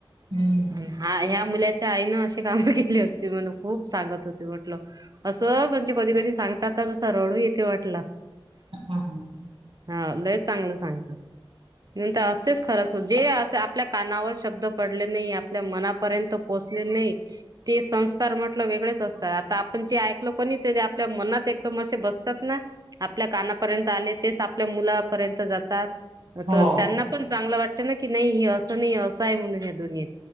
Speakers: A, on the right (about 80°); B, on the right (about 45°).
A: हम्म
B: हा, ह्या मुलाच्या आईनं अशी काम केली असती. म्हणु खूप सांगत होते वाटलं. असं म्हणजे कधी कधी सांगता ता तसा रडू येते वाटला.
A: हम्म.
B: हा, लय चांगलं सांगतात म्हणून त असतेच खरंच, जे अस आपल्या कानावर शब्द पडले नाही. आपल्या मनापर्यंत पोचले नई ते सं र म्हटलं वेगळेच असतात. आता आपण जे ऐकलो कणी, ते जे आपल्या मनात एकदम असे बसतात ना आपल्या कानापर्यंत आले. तेच आपल्या मुलापर्यंत जातात.
A: हो
B: त त्यांना पण चांगलं वाटत ना की, नाही हे असं नाही असं आहे. म्हणून ह्या दुनियेत.